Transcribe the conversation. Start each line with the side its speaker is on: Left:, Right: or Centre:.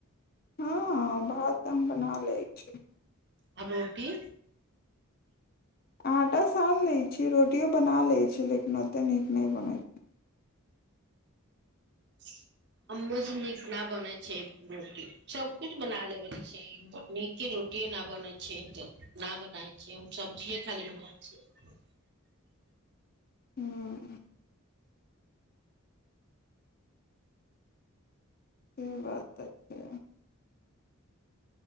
Left: हँ भात तऽ हम बना लै छी
Right: आ रोटी
Left: आँटा सानि लैत छी रोटिओ बना लैत छी लेकिन ओतेक नीक नहि बनैत
Right: <unintelligible> हमो से नीक न बने छै रोटी सब कुछ बना लेब छै नीके रोटी रोटी न बनै छै तब ना बनाय छियै सब्जिये खाली बना छियै
Left: ह्म से बात तऽ छै